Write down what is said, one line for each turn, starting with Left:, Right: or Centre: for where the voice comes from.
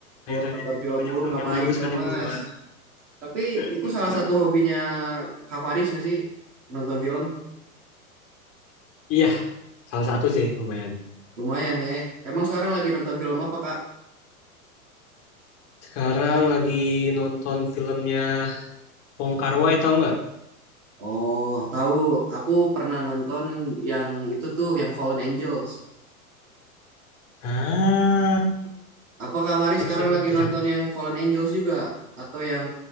Left: Akhir-akhir
Right: nonton
Left: ini
Right: film
Left: banyak
Right: mulu
Left: film
Right: nggak
Left: yang
Right: baik
Left: bagus
Right: tau,
Left: kan yang
Right: Mas.
Left: keluar.
Right: Tapi
Left: Mm-mm.
Right: itu salah satu hobinya Kak Faris nggak sih? Nonton film?
Left: Iya, salah satu sih lumayan.
Right: Lumayan ya. Emang sekarang lagi nonton film apa, Kak?
Left: Sekarang lagi nonton filmnya Wong Kar Wai, tau nggak?
Right: Oh, tahu. Aku pernah nonton yang itu tuh, yang Fallen Angels.
Left: Ah,
Right: Apa Kak Faris
Left: cakep
Right: sekarang
Left: sih.
Right: lagi
Left: Itu
Right: nonton
Left: cakep.
Right: yang Fallen Angels juga? Atau yang